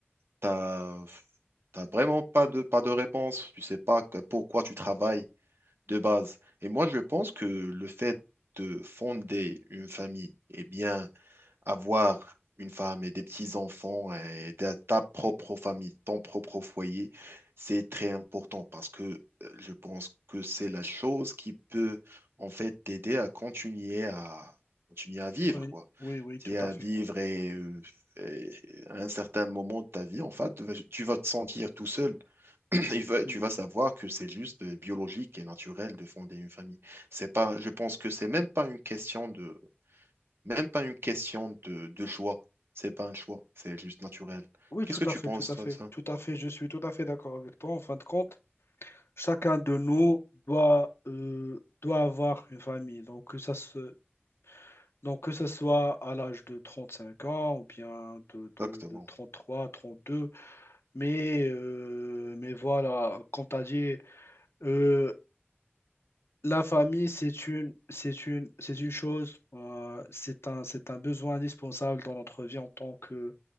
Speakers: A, on the right; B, on the left.
A: t'as, t'as vraiment pas de, pas de réponse? Tu sais pas que- pourquoi tu travailles de base. Et moi, je pense que le fait de fonder une famille, et bien, avoir une femme et des petits-enfants et de ta propre famille, ton propre foyer, c'est très important parce que euh, je pense que c'est la chose qui peut en fait t'aider à continuer à continuer à vivre,
B: Oui,
A: quoi.
B: oui, oui,
A: C'est
B: tout
A: à
B: à fait.
A: vivre et, euh, et à un certain moment de ta vie, en fait, tu vas te sentir tout seul <clears throat> il va-
B: Mm.
A: tu vas savoir que c'est juste euh, biologique et naturel de fonder une famille. C'est pas, je pense que c'est même pas une question de, même pas une question de, de choix. C'est pas un choix, c'est juste naturel.
B: Oui,
A: Qu'est-ce
B: tout
A: que tu
B: à fait,
A: penses,
B: tout à
A: toi,
B: fait,
A: de ça?
B: tout à fait. Je suis tout à fait d'accord avec toi. En fin de compte, chacun de nous doit, euh, doit avoir une famille. Donc, que ça se, donc, que ça soit à l'âge de 35 ans ou bien de, de,
A: Exactement.
B: de 33, 32. Mais, euh, mais voilà, comme tu as dit, euh, la famille, c'est une, c'est une, c'est une chose, euh, c'est un, c'est un besoin indispensable dans notre vie en tant que,